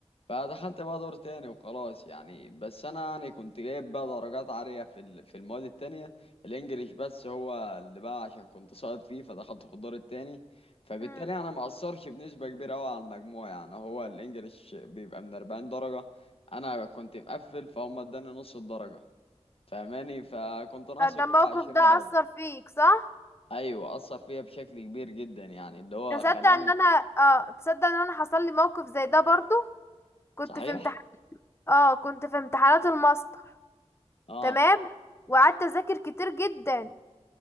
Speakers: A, on the left; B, on the left.
A: فدخلت بقى دور تاني وخلاص يعني بس انا يعني كنت جايب بقى درجات عالية في ال- في المواد التانية الانجليش بس هو اللي بقى عشان كنت ساقط فيه فدخلت في الدور التاني فبالتالي
B: امم
A: انا ما اثرش بنسبة كبيرة قوي على المجموع يعني هو الانجليش بيبقى من 40 درجة انا كنت مقفل فهم اداني نص الدرجة فاهماني فكنت ناقص
B: فده
A: اللي
B: الموقف
A: هو 20
B: ده
A: درجة
B: اثر فيك صح
A: ايوه اثر فيا بشكل كبير جدا يعني اللي هو
B: تصدق
A: خلاني
B: ان انا اه تصدق ان انا حصل لي موقف زي ده برضه كنت
A: صحيح
B: في امتحان اه كنت في امتحانات الماستر
A: اه
B: تمام وقعدت اذاكر كتير جدا